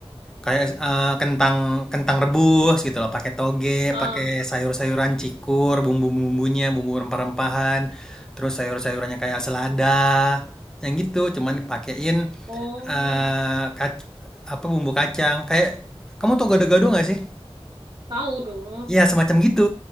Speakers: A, in the centre; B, on the right.
A: Kayak, eee, kentang kentang rebus gitu loh, pakai toge,
B: ah,
A: pakai sayur-sayuran cikur, bumbu-bumbunya, bumbu rempah-rempahan, terus sayur-sayurannya kayak selada, yang gitu. Cuman dipakein,
B: oh,
A: eee, kac apa, bumbu kacang. Kayak kamu tau gado-gado nggak sih?
B: tahu dong.
A: Iya, semacam gitu.